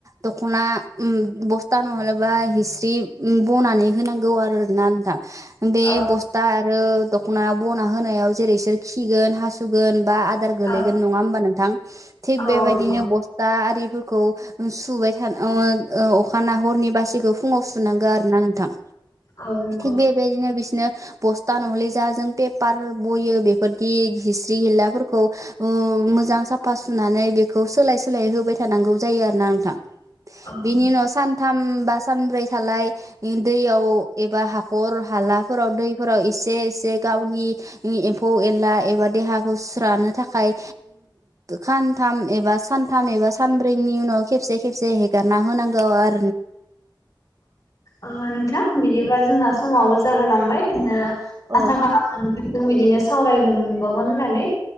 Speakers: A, on the right; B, on the left.
A: दख'ना बस्था नङाबबा हिस्रि ब'नानै हो। नांगौ आरोना आथा बे
B: औ
A: बस्था आरो दख'नायाव बना होनायाव जेरैसोर खिगोन हासुगोन बा आधार गोलैगोन
B: औ
A: नङा होमबानोंथां थिग
B: औ
A: बेबादिनो
B: औ नंगौ
A: बसथा आरि। फोरखौ सुबाय थानो अखा न हरनि बासिखौ फुङाव सुनांगौ आरोना नोंथां।
B: ओ नंगौ।
A: थिग बेबायदिनो बिसोरनो बस्था नहले जा जों पेपार बयो बेफोरदि हिस्रि हिलाफोरखौ उ मोजां साफा सुनानै बेखौ सोलाय सोलाय होबाय थानांगौ जायो आरो ना नोंथां।
B: औ औ
A: बेनि उनाव सानथाम बा सानब्रै थालाय दैयाव एबा हाख हर हालाफोराव दै फोराव एसे एसे गावनि एम्फौ एनला एबा देहाखौ सुस्रानो थाखाय सानथाम एबा सानथाम एबा सानब्रैनि उनाव खेबसे खेबसे हेगारना होनांगौ आर
B: औ नोंथां बिदिब्ला जोंना आवबो जाहोलांबाय आसा
A: औ
B: खालामोन जों बिदिनो सावरायनो मोनबावगोन होननानै।